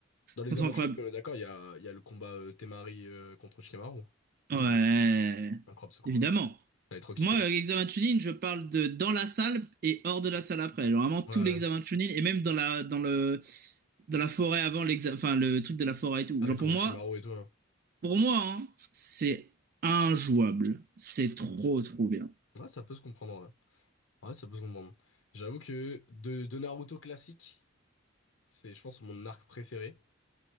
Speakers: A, on the left; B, on the right.
A: Dans l'examen
B: Trop, incroyable.
A: match, oui, on est d'accord, il y a, il y a le combat euh, Temari euh, contre Shikamaru,
B: Ouais,
A: qui est en dedans. Incroyable ce combat.
B: évidemment.
A: J'avais trop kiffé.
B: Moi, euh, examen Chunin, je parle de dans la salle et hors de la salle après. Genre, vraiment tout
A: Ouais,
B: l'examen
A: ouais.
B: Chunin et même dans la, dans le, dans la forêt avant l'examen, enfin, le truc de la forêt et tout.
A: avec
B: Genre, pour
A: Orochimaru
B: moi,
A: et tout. hein.
B: pour moi, hein, c'est injouable. C'est trop, trop bien.
A: Ouais, ça peut se comprendre, ouais. Ouais, ça peut se comprendre. J'avoue que de, de Naruto classique, c'est, je pense, mon arc préféré.